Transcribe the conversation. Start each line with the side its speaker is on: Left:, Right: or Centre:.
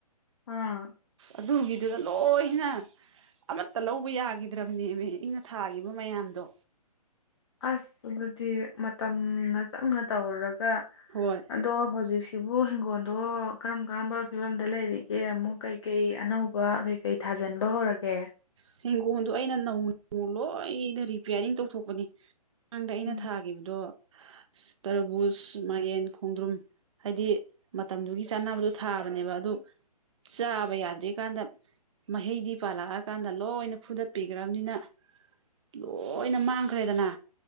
Left: ꯑꯥ
Right: ꯑꯗꯨꯒꯤ ꯑꯗꯨꯗ ꯂꯣꯏꯅ ꯑꯃꯠꯇꯥ ꯂꯧꯕ ꯌꯥꯒꯤꯗ꯭ꯔꯥꯕꯅꯦꯃꯤ ꯑꯩꯅ ꯊꯥꯒꯤꯕ ꯃꯌꯥꯝꯗꯣ
Left: ꯑꯁ ꯑꯗꯨꯗꯤ ꯃꯇꯝꯅ ꯆꯪꯅ ꯇꯧꯔꯨꯔꯒꯥ
Right: ꯍꯣꯏ
Left: ꯑꯗꯣ ꯍꯧꯖꯤꯛꯁꯤ ꯕꯨ ꯍꯤꯡꯒꯣꯜꯗꯣ ꯀꯔꯝ ꯀꯔꯝꯕ ꯐꯤꯕꯝꯗꯥ ꯂꯩꯔꯤꯒꯦ ꯑꯃꯨꯛ ꯀꯩ ꯀꯩ ꯑꯅꯧꯕ ꯀꯩ ꯊꯥꯖꯤꯟꯕ ꯍꯧꯔꯒꯦ
Right: <inaudible> ꯍꯤꯡꯒꯣꯜꯗꯣ ꯑꯩꯅ ꯅꯧꯅ ꯂꯣꯏꯅ ꯔꯤꯄꯤꯌꯥꯔꯤꯡ ꯇꯧꯊꯣꯛꯄꯅꯤ ꯃꯃꯥꯡꯗ ꯑꯩꯅ
Left: ꯎꯝ
Right: ꯊꯥꯒꯤꯕꯗꯣ ꯇꯔꯕꯨꯁ ꯃꯦꯏꯔꯦꯟ ꯈꯣꯡꯗ꯭ꯔꯨꯝ ꯍꯥꯏꯗꯤ ꯃꯇꯝꯗꯨꯒꯤ ꯆꯥꯅꯕꯗꯣ ꯊꯥꯕꯅꯦꯕ ꯑꯗꯨ ꯆꯥꯕ ꯌꯥꯗ꯭ꯔꯤ ꯀꯥꯟꯗ ꯃꯍꯩꯗꯤ ꯄꯥꯜꯂꯥꯑ ꯀꯥꯟꯗ ꯂꯣꯏꯅ ꯐꯨꯗꯠꯄꯤꯒ꯭ꯔꯥꯕꯅꯤꯅ ꯂꯣꯏꯅ ꯃꯥꯡꯈ꯭ꯔꯦꯗꯅ